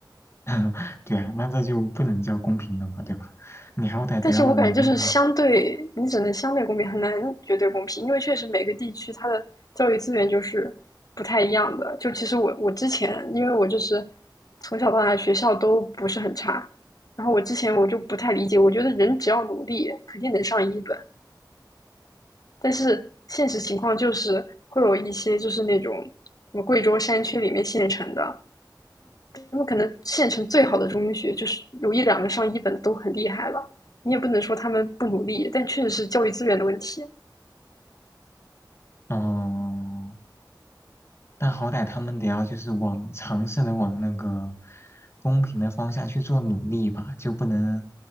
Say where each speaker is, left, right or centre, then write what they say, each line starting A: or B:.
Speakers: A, on the left; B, on the left.
A: <laughs> 对啊，那这就不能叫公平了嘛，对吧？你好歹得要往那个。
B: 但是我感觉就是相对，你只能相对公平，很难绝对公平，因为确实每个地区它的教育资源就是不太一样的。就其实我我之前，因为我就是从小到大学校都不是很差，然后我之前我就不太理解，我觉得人只要努力肯定能上一本，但是现实情况就是会有一些就是那种什么贵州山区里面县城的，他们可能县城最好的中学，就是有一两个上一本的都很厉害了。你也不能说他们不努力，但确实是教育资源的问题，
A: 哦，但好歹他们得要就是往尝试的往那个公平的方向去做努力吧，就不能